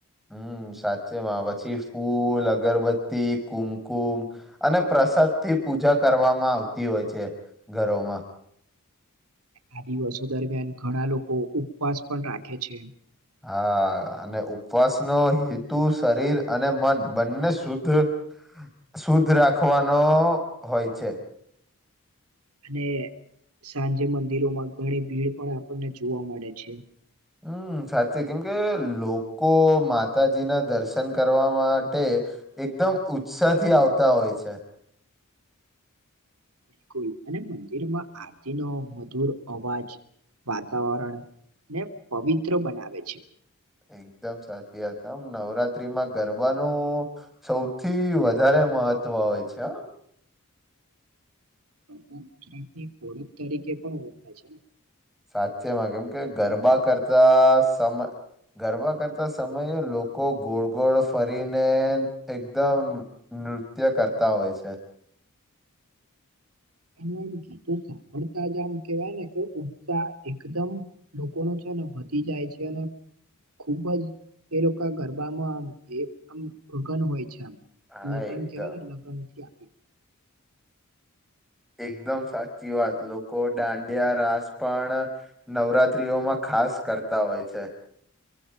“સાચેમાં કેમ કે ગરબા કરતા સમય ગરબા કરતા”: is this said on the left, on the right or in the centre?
Centre